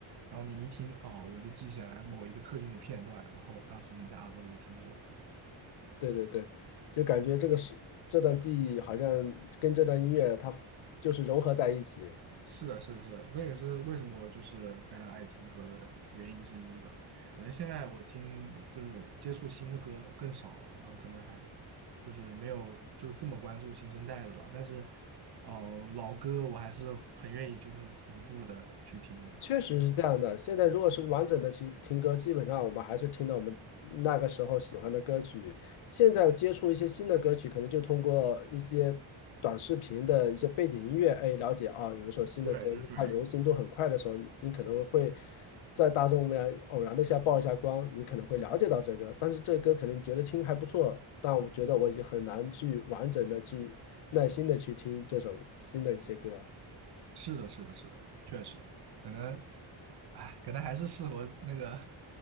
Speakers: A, on the right (about 50°); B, on the left (about 80°).
A: 然后你一听，哦，我就记起来某一个特定的片段，然后当时你在耳朵里就听这首歌。
B: 对对对，就感觉这个是这段记忆好像跟这段音乐它就是融合在一起。
A: 是的，是的，是的，这也是为什么我就是非常爱听歌的原因之一吧。可能现在我听就是接触新的歌更少了，然后可能还就是没有就这么关注新生代的了。但是，嗯、老歌我还是很愿意就是重复的去听的。
B: 确实是这样的。现在如果是完整的去听歌，基本上我们还是听到我们那个时候喜欢的歌曲。现在接触一些新的歌曲，可能就通过一些短视频的一些背景音乐，哎，了解啊，有一首新的歌，
A: 对对对，
B: 因为它流行度很快的时候，你可能会在大众面偶然的一下曝一下光，你可能会了解到这个。但是这个歌可能觉得听还不错，但我觉得我已经很难去完整的去耐心的去听这首新的一些歌。
A: 是的，是的，是的，确实，可能，哎，可能还是适合那个